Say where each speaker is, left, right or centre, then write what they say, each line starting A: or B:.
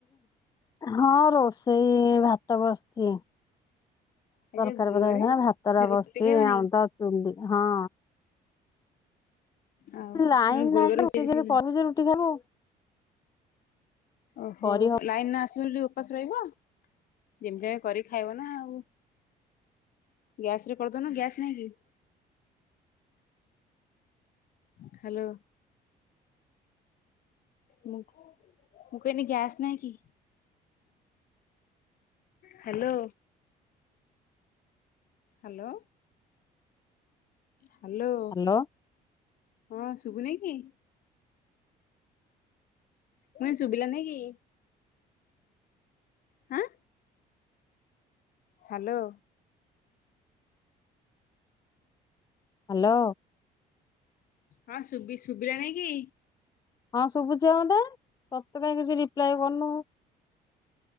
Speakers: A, on the left (about 25°); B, on the left (about 55°).
A: ହଁ ରୋଷେଇ ଭାତ ବସିଛି।
B: ଆଜି
A: ତରକାରୀ
B: ବା ଗୁରୁବାରେ
A: ପତ ଭାତ ଟା
B: ରୁଟି
A: ବସିଛି
B: ଖାଇବନି
A: ଆଉ
B: କି
A: ତ ଚୁଲି ହଁ।
B: ଆଉ
A: ଲାଇନ
B: <unintelligible>
A: ନାହିଁ ରୁଟି କେମିତି କରିବୁ ଯେ ରୁଟି ଖାଇବୁ
B: ଓହୋ
A: କରିହବ
B: ଲାଇନ ନାସ ଉପାସ ରହିବ ଯେମିତି ଆ କରି ଖାଇବ ନା ଆଉ ଗ୍ୟାସ ରେ କରିଦଉନୁ ଗ୍ୟାସ ନାଇଁ କି? ହ୍ୟାଲୋ। ମୁ ମୁଁ କଇଏନି ଗ୍ୟାସ ନାଇଁକି? ହ୍ୟାଲୋ। ହ୍ୟାଲୋ। ହ୍ୟାଲୋ
A: ହ୍ୟାଲୋ
B: ହଁ ଶୁଭୁନି କି? ମୁଁ ଚୁବିଲା ନି କି? ହାଁ। ହ୍ୟାଲୋ।
A: ହ୍ୟାଲୋ।
B: ହଁ ଶୁବି ଶୁଵିଲାନି କି?
A: ହଁ ଶୁଭୁଛି ପା ମତେ ତତେ କାଇଁ କିଛି ରିପ୍ଲାଇ କରୁନୁ।